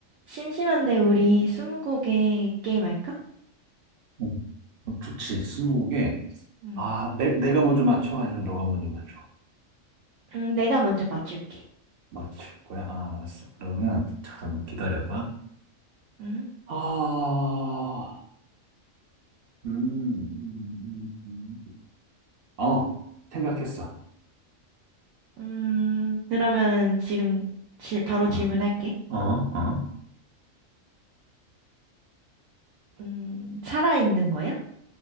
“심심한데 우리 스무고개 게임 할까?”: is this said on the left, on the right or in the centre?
Right